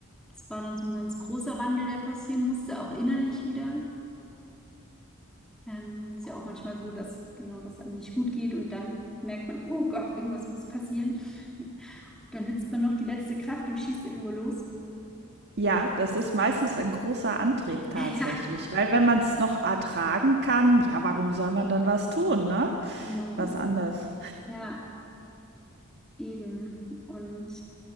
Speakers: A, in the centre; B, on the right (about 50°).
A: das war dann so ein ganz großer Wandel, der passieren musste, auch innerlich wieder. Ähm, ist ja auch manchmal so, dass genau das einem nicht gut geht und dann merkt man, oh Gott, irgendwas muss passieren. <laughs> Dann nützt man noch die letzte Kraft und schießt irgendwo los.
B: Ja, das ist meistens ein großer Antrieb tatsächlich,
A: <laughs> Ja.
B: weil wenn man es noch ertragen kann, ja, warum soll man dann was tun, ne?
A: Genau.
B: Was anders.
A: Ja, eben. Und